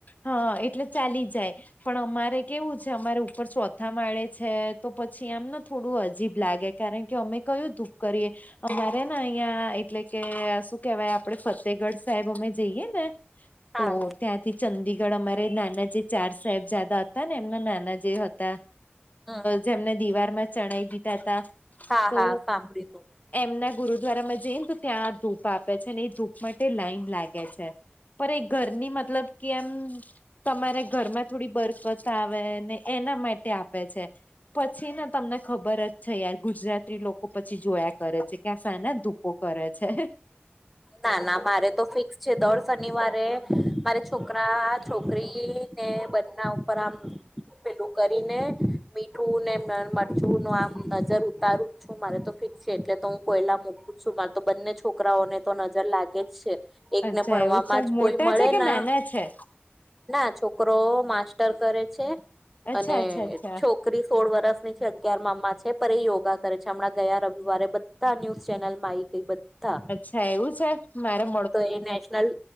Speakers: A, on the left; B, in the centre.
A: હા એટલે ચાલી જાય. પણ અમારે કેવું છે અમારે ઉપર ચોથા માળે છે તો પછી આમને થોડું અજીબ લાગે. કારણ કે અમે કયું ધૂપ કરીએ અમે ને અહિયાં એટલે કે શું કેવાય આપડે ફતેગઢ સાહેબ અમે જઈએ ને
B: હા
A: તો ત્યાંથી ચંદીગઢ અમારે નાના જે ચાર સાહેબ જાદા હતા ને એમના નાના જે હતા.
B: હમ હમ.
A: જેમને દિવારમાં ચણાઈ દીધા તા
B: હા
A: તો
B: હા સાંભળી તું
A: એમના ગુરુદ્વારામાં જઈ ને તો ત્યાં ધૂપ આપે છે ને એ ધૂપ માટે લાઈન લાગે છે. પર એ ઘરની મતલબ કે આમ તમારે ઘરમાં થોડી બરકત આવે ને એના માટે આપે છે. પછી ન તમને ખબર જ છે યાર ગુજરાતી લોકો પછી જોયા કરે છે. કે આ શાના ધુપો કરે છે.
B: ના ના મારે તો ફિક્સ છે. દર શનિવારે મારે છોકરા છોકરી ને બના ઉપર આમ પેલું કરીને મીઠું ને મરચું નું આમ નજર ઉતારું. છું. મારે તો ફિક્સ છે એટલે તો હું કોયલા મૂકું છું. મારે તો બંને છોકરાઓને તો નજર લાગે જ. છે. એકને
A: અચ્છા
B: ભણવામાં
A: એવું છે
B: જ
A: મોટા
B: કોઈ મળે
A: છે કે
B: ના
A: નાના છે
B: ના છોકરો માસ્ટર કરે છે
A: અચ્છા
B: અને
A: અચ્છા અચ્છા
B: છોક કરી સોળ વર્ષની છે અગિયાર મામા છે પર એ યોગા કરે છે હમણાં ગયા રવિવારે બધા ન્યૂઝ ચેનલમાં એક કઈ બધા
A: થાય એવું છે મારા
B: તો એ નેશનલ